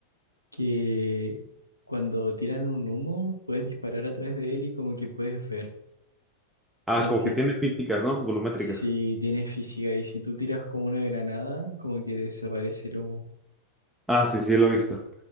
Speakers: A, on the left; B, in the centre.
A: que cuando tiran un humo puedes disparar atrás de él y como que puedes ver.
B: Ah,
A: O
B: como
A: si,
B: que tiene físicas, ¿no? Volumétricas.
A: si tienes física y si tú tiras con una granada, como que desaparece el humo.
B: Ah, sí, sí, lo he visto.